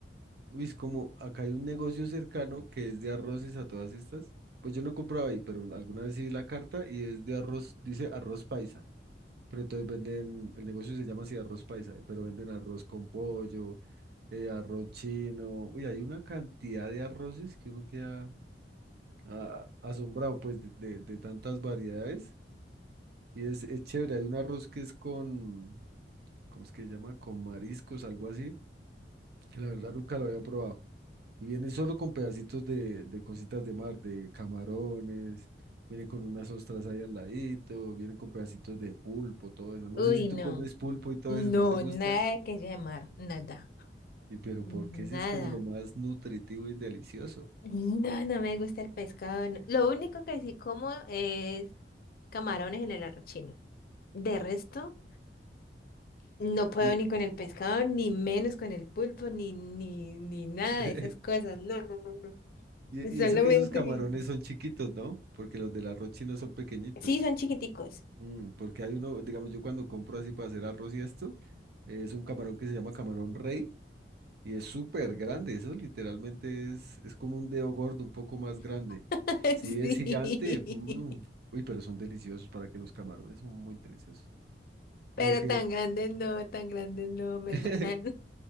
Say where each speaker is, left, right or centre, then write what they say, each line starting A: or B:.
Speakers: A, on the right; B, on the left.
A: Uy, es como, acá hay un negocio cercano que es de arroces a todas estas. Pues yo no compraba ahí, pero alguna vez sí vi la carta y es de arroz, dice arroz paisa. Pero entonces venden, el negocio se llama así arroz paisa, pero venden arroz con pollo, eh, arroz chino. Uy, hay una cantidad de arroces que uno queda ah, asombrado, pues, de de- de tantas variedades. Y es, es chévere, hay un arroz que es con, ¿cómo es que se llama? Con mariscos, algo así, que la verdad nunca lo había probado. Y viene solo con pedacitos de, de cositas de mar, de camarones, viene con unas ostras ahí al ladito, viene con pedacitos de pulpo, todo eso. No
B: Uy,
A: sé si tú
B: no.
A: comes pulpo y todo
B: No,
A: eso, ¿no te gusta?
B: nada de que sea de mar, nada,
A: Y pero
B: nada.
A: ¿por qué si es como lo más nutritivo y delicioso?
B: No, no me gusta el pescado. no. Lo único que sí como es camarones en el arrochino. De resto, no puedo
A: Y,
B: ni con el pescado, ni menos con el pulpo, ni, ni, ni nada
A: <laughs>
B: de esas cosas. No, no, no, no.
A: y,
B: Solamente...
A: y eso que esos camarones son chiquitos, ¿no? Porque los del arroz chino son pequeñitos.
B: Sí, son chiquiticos.
A: Mm, porque hay uno, digamos, yo cuando compro así para hacer arroz y esto, eh, es un camarón que se llama camarón rey y es súper grande. Eso literalmente es, es como un dedo gordo, un poco más grande.
B: <laughs>
A: Sí,
B: Sí.
A: es gigante. mm, Uy, pero son deliciosos para que los camarones son muy deliciosos. Lo
B: Pero
A: que,
B: tan grandes no, tan grandes no, me
A: <laughs>
B: gustan.